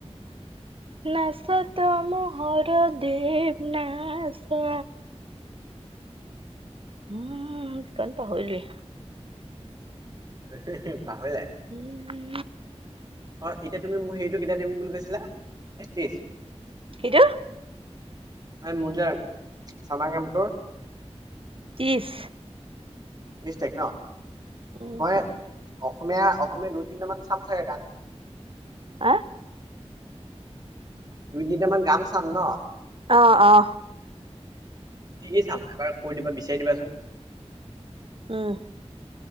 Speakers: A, on the right; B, on the right.
A: নাচ তমো হৰদেৱ নাচা। উম সিকন পাহৰিলোৱে।
B: হে হে পাহৰিলাই।
A: উম
B: অ', এতিয়া তুমি মোৰ হেৰিটো কেতিয়া দিম বুলি কৈছিলা, একত্ৰিশ।
A: কিটো?
B: এই মোৰজে চামাৰ কেম্পটোৰ।
A: ত্ৰিছ।
B: ত্ৰিশ তাৰিখ ন,
A: উম
B: মই অসমীয়া অসমীয়া দুই তিনিটামান চাম ছাগে গান।
A: আ
B: দুই তিনটা মান গান চাম ন।
A: অ', অ'।
B: কি কি চাম, এবাৰ কৈ দিবা বিচাৰি দিবাচোন।
A: উম।